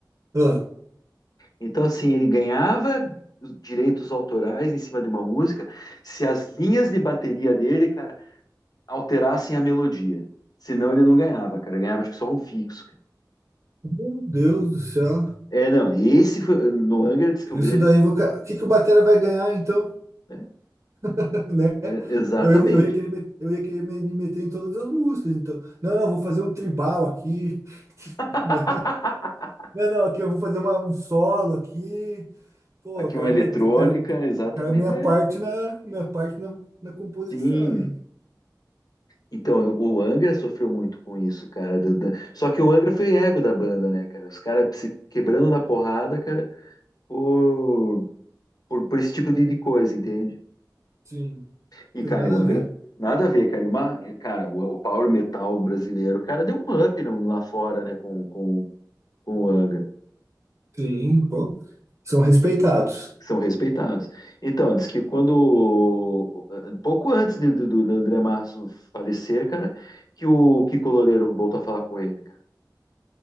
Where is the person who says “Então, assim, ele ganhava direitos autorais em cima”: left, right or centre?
Left